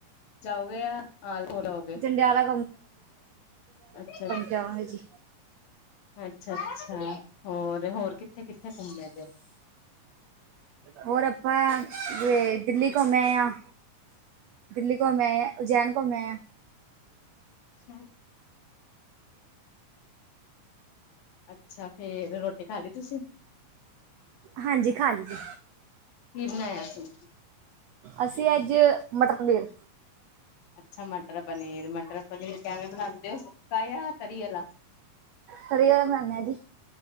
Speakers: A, on the left (about 85°); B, on the right (about 85°).
A: ਜਾਓਗੇ ਯਾ <inaudible>
B: ਜੰਡਿਆਲਾ
A: ਅੱਛਾ।
B: ਜਾਵਾਂਗੇ ਜੀ।
A: ਅੱਛਾ-ਅੱਛਾ, ਹੋਰ-ਹੋਰ, ਕਿੱਥੇ-ਕਿੱਥੇ ਘੁੰਮੇ ਲੇਤੇ ਓ।
B: ਹੋਰ ਆਪਾਂ, ਏ ਦਿੱਲੀ ਘੁੰਮ ਆਏ ਆਂ। ਦਿੱਲੀ ਘੁੰੰਮ ਆਏ ਆਂ, ਉਜੈਨ ਘੁੰਮ ਆਏ ਆਂ।
A: <inaudible> ਅੱਛਾ, ਫੇਰ ਰੋਟੀ ਖਾ ਲਈ ਤੁਸੀਂ?
B: ਹਾਂਜੀ, ਖਾਲੀ ਸੀ।
A: ਕੀ ਬਣਾਇਆ ਸੀ।
B: ਅਸੀਂ ਅੱਜ ਮਟਰ ਪਨੀਰ।
A: ਅੱਛਾ, ਮਟਰ ਪਨੀਰ, ਮਟਰ ਪਨੀਰ ਕੈਵੇਂ ਬਣਾਦੇ ਔ, ਸੁੱਕਾ ਯਾ ਤਰੀ ਆਲਾ।
B: ਤਰੀ ਵਾਲਾ ਬਣਾਨੇ ਆਂ ਜੀ।